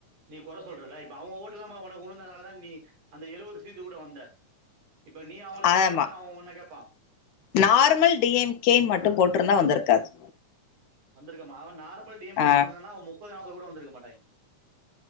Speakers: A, on the right; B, on the left.
A: நீ கொற சொல்றல இப்ப அவுங்க ஓட்லாமா ஒனக்கு உழுந்ததனாலதா நீ அந்த எழுவது சீட்டு கூட வந்த இப்ப நீ அவுங்கள கேட்ட
B: ஆமா
A: மாரிதான அவ ஒன்ன கேப்பா
B: நார்மல் டி எம் கே மட்டு போட்ருந்தா வந்திருக்காது
A: வந்த்ருக்க மா நார்மல் டி எம்
B: ஆ,
A: கே நின்னுந்தானா அவ முப்பது நாப்பது கூட வந்திருக்க மாட்டாய்ங்க